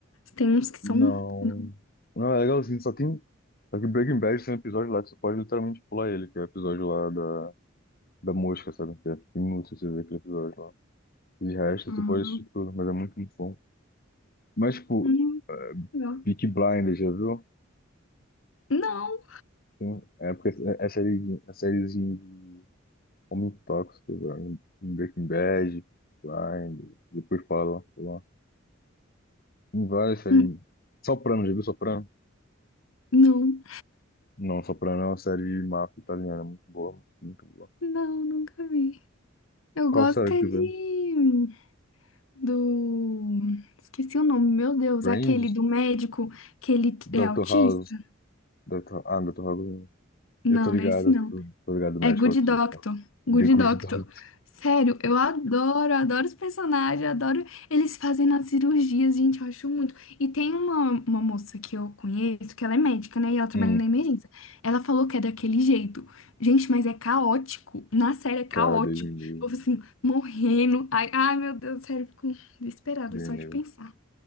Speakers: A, on the left; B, on the left.
A: Tem uns que são...
B: Não.
A: Não.
B: Não, é legalzinho, só tem. Só que Breaking Bad tem um episódio lá que você pode literalmente pular ele, que é o episódio lá da, da mosca, sabe? Que é tipo, inútil você ver aquele episódio lá. De resto,
A: Ah,
B: você pode assistir tudo, mas é muito, muito bom. Mas, tipo,
A: hum,
B: uh,
A: legal.
B: Peaky Blinders, já viu?
A: Não.
B: Tem, um, é porque é, é série, é sériezinha de Homem Tóxico, velho. Breaking Bad, Blinders, depois fala lá. Tem várias séries.
A: Hum,
B: Soprano, já viu Soprano?
A: Não.
B: Não, Soprano é uma série de máfia italiana, muito boa, muito boa.
A: Não, nunca vi. Eu
B: Qual
A: gosto
B: série que
A: é
B: tu
A: de...
B: vê?
A: Do... Esqueci o nome, meu Deus.
B: Friends?
A: Aquele do médico que ele é
B: Doctor
A: autista?
B: House? Doctor Ah, Dr. House.
A: Não,
B: Eu tô ligado,
A: não é esse não.
B: tô, tô ligado, médico
A: É Good
B: autista.
A: Doctor. Good
B: The Good
A: Doctor.
B: Doctor.
A: Sério, eu adoro, adoro os personagens, adoro eles fazendo as cirurgias, gente, eu acho muito. E tem uma, uma moça que eu conheço, que ela é médica, né? E ela trabalha
B: Hum,
A: na emergência. Ela falou que é daquele jeito. Gente, mas é caótico. Na série é caótico.
B: cara, Deus me livre,
A: Eu fico assim, morrendo. Ai, ai, meu Deus, sério, eu fico desesperada
B: Deus
A: só
B: me
A: de
B: livre.
A: pensar.